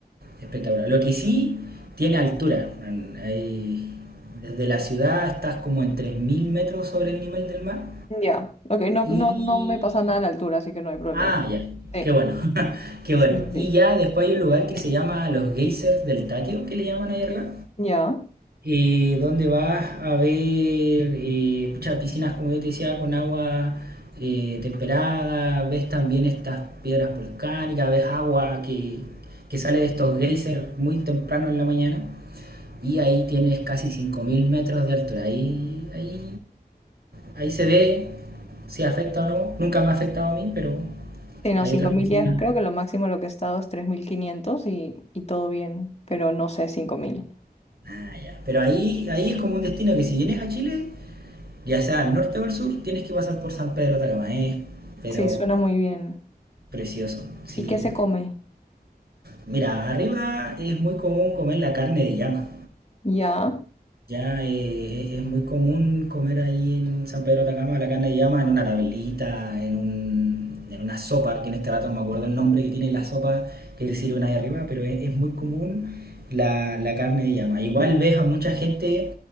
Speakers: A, on the right; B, on the left.
A: espectacular. Lo que sí tiene altura. en- ahí, desde la ciudad estás como en 3.000 metros sobre el nivel del mar
B: Ya. Ok, no,
A: y...
B: no, no me pasa nada a la altura, así que no hay problema.
A: Ah, ya,
B: Sí,
A: qué bueno, <laughs> qué
B: sí,
A: bueno.
B: sí, sí.
A: Y ya después hay un lugar que se llama los geysers del Tatio, que le llaman ahí arriba
B: Ya.
A: eh, donde vas a ver eh, pucha, piscinas, como yo te decía, con agua eh, temperada, ves también estas piedras volcánicas, ves agua que, que sale de estos geysers muy temprano en la mañana, y ahí tienes casi 5.000 metros de altura. Ahí, ahí, ahí se ve si afecta o no. Nunca me ha afectado a mí, pero
B: Sí, no,
A: hay
B: 5.000
A: otras personas.
B: ya, es- creo que lo máximo lo que he estado es 3.500 y, y todo bien, pero no sé, 5.000.
A: Ah, ya. Pero ahí, ahí es como un destino que si vienes a Chile, ya sea al norte o al sur, tienes que pasar por San Pedro de Atacamaes, pero
B: Sí, suena muy bien.
A: precioso. Sí,
B: ¿Y qué se come?
A: mira, arriba es muy común comer la carne de llama.
B: Ya,
A: Ya eh, es es muy común comer ahí en San Pedro de Atacama la carne de llama en una tablita, en un, en una sopa, que en este rato no me acuerdo el nombre que tiene la sopa que te sirven ahí arriba, pero es, es muy común la, la carne de llama. Igual ves a mucha gente